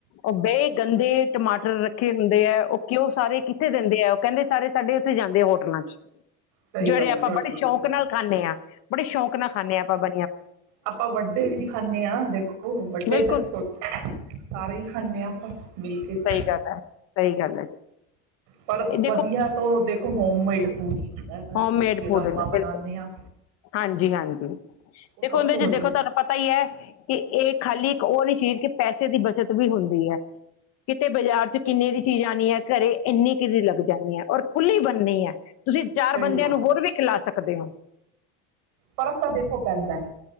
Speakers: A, on the left; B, on the right.
A: ਏਡੇ ਗੰਦੇ ਟਮਾਟਰ ਰੱਖੇ ਹੁੰਦੇ ਹੈ, ਉਹ ਕਿਉਂ ਸਾਰੇ ਕਿੱਥੇ ਦਿੰਦੇ ਹੈ ਉਹ ਕਹਿੰਦੇ ਸਾਰੇ ਸਾਡੇ ਉੱਥੇ ਜਾਂਦੇ ਹੋਟਲਾਂ ਚ
B: ਸਹੀ
A: ਜਿਹੜੇ
B: ਗੱਲ
A: ਆਪਾਂ
B: ਹੈ ਤੁਹਾਡੀ
A: ਬੜੇ
B: ਬਿਲਕੁਲ।
A: ਸ਼ੌਂਕ ਨਾਲ ਖਾਂਦੇ ਹਾਂ ਬੜੇ ਸ਼ੌਂਕ ਨਾਲ ਖਾਂਦੇ ਹਾਂ ਆਪਾਂ ਬ
B: ਆਪਾਂ ਵੱਡੇ ਵੀ ਖਾਂਦੇ ਦੇਖੋ ਵੱਡੇ
A: ਬਿਲਕੁਲ
B: ਤੇ ਛੋਟੇ ਸਾਰੇ ਹੀ ਖਾਂਦੇ ਹਾਂ ਆਪਾਂ ਮਿਲ ਕੇ।
A: ਸਹੀ ਗੱਲ ਹੈ, ਸਹੀ ਗੱਲ ਹੈ ਜੀ
B: ਪਰ
A: ਇਹ
B: ਵਧੀਆ ਤੋਂ ਦੇਖੋ ਹੋਮਮੇਡ ਫੂਡ ਹੁੰਦਾ ਘਰ
A: ਹੋਮ
B: ਵਿੱਚ
A: ਮੇਡ
B: ਜਿਹੜਾ
A: ਫੂਡ
B: ਆਪਾਂ ਬਣਾਨੇ
A: ਬਿਲਕੁਲ
B: ਆ
A: ਹਾਂਜੀ, ਹਾਂਜੀ
B: ਉਹ
A: ਦੇਖੋ
B: ਸਭ
A: ਉਹਦੇ
B: ਤੋਂ
A: ਚ
B: ਵਧੀਆ।
A: ਦੇਖੋ ਤੁਹਾਨੂੰ ਪਤਾ ਹੀ ਹੈ ਕਿ ਇਹ ਖਾਲੀ ਇੱਕ ਉਹ ਨੀ ਚੀਜ਼ ਕਿ ਪੈਸੇ ਦੀ ਬੱਚਤ ਵੀ ਹੁੰਦੀ ਹੈ। ਕਿਤੇ ਬਾਜ਼ਾਰ ਚ ਕਿੰਨੇ ਦੀ ਚੀਜ਼ ਆਉਣੀ ਹੈ। ਘਰੇ ਇੰਨੀ ਕੁ ਲੱਗ ਜਾਣੀ ਹੈ, ਔਰ ਖੁੱਲ੍ਹੀ ਬਣਨੀ ਹੈ। ਤੁਸੀਂ ਚਾਰ
B: ਸਹੀ
A: ਬੰਦਿਆਂ
B: ਗੱਲ ਐ।
A: ਨੂੰ ਹੋਰ ਵੀ ਖਿਲਾ ਸਕ <unintelligible> ਕਦੇ ਉਹ
B: ਫ਼ਰਕ ਤਾਂ ਦੇਖੋ ਪੈਂਦਾ ਏ